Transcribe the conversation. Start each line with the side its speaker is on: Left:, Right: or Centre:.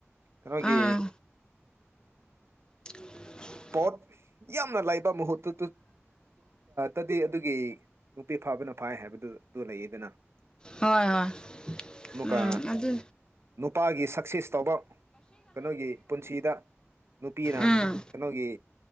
Right: ꯀꯩꯅꯣꯒꯤ
Left: ꯎꯝ <unintelligible>
Right: ꯄꯣꯠ ꯌꯥꯝꯅ ꯂꯩꯥꯏꯕ ꯃꯍꯨꯠꯇꯨꯇꯤ ꯇꯗꯤ ꯑꯗꯨꯒꯤ ꯅꯨꯄꯤ ꯐꯥꯕꯅ ꯐꯥꯏ ꯍꯥꯏꯕꯗꯨ ꯑꯗꯨ ꯂꯩꯌꯦꯗꯅ
Left: ꯍꯣꯏ ꯍꯣꯏ
Right: ꯑꯃꯨꯛꯀ
Left: ꯎꯝ ꯑꯗꯨ
Right: ꯅꯨꯄꯥꯒꯤ ꯁꯛꯁꯦꯁ ꯇꯧꯕ ꯀꯩꯅꯣꯒꯤ ꯄꯨꯟꯁꯤꯗ ꯅꯨꯄꯤꯅ
Left: ꯎꯝ
Right: ꯀꯩꯅꯣꯒꯤ